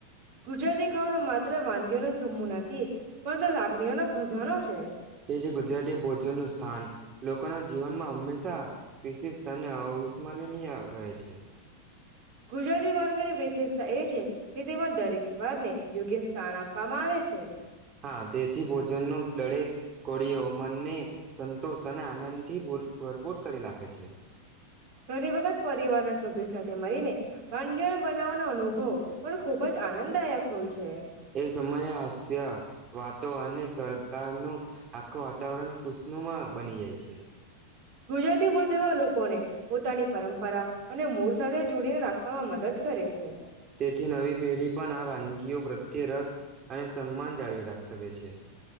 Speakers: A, on the right (about 55°); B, on the right (about 35°).
A: ગુજરાતી ખાવાનો માત્ર વાનગીઓ ન સમૂહ નથી. <unintelligible> લાગડ્યો નો ખજાનો છે.
B: એ જે ગુજરાતી ભોજનનું સ્થાન લોકોના જીવનમાં હંમેશા <unintelligible> વિશેષ તાને. <unintelligible> રહે છે. એહ
A: ગુજરાતી વાનગીની વિશેષતા એ છે કે તેમાં દરેક સ્વાદને યોગ્ય <unintelligible> છે.
B: હા તેથી ભોજન નું દરેક કોરીયો મનને સંતોષ અને આનંદથી <unintelligible> ભરપૂર કરી લાખે છે.
A: ઘણી વખત પરિવારના સભ્યો સાથે મળીને વાનંગી બનાવવાનો અનુભવ પણ ખૂબ જ આનંદદાયક હોય
B: <inaudible>
A: છે.
B: એ સમયે હસ્ય વાતો અને સરકારનું આખો વાતાવરણ ખુશનુમાં બની જાય છે. એ.
A: ગુજરાતી ભોજનમાં લોકોને પોતાની પરંપરા અને મૂળ સાથે જોડીને રાખવામાં મદદ કરે છે.
B: તેથી નવી પેઢી પણ આ વાનગીઓ પ્રત્યે રસ અને સન્માન જાળવી રાખી શકે છે.